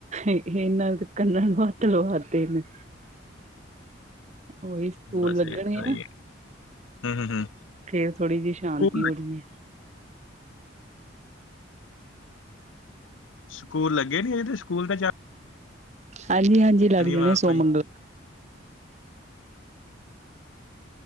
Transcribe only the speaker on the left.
ਬੱਸ
ਇਹ ਤਾਂ ਹੀ
ਹੂੰ।
ਸਕੂਲ
ਸਕੂਲ ਲੱਗੇ ਨੀ ਅਜੇ ਸਕੂਲ ਤੇ ਜਾ
ਸ਼ਨੀਵਾਰ
ਤੋਂ ਹੀ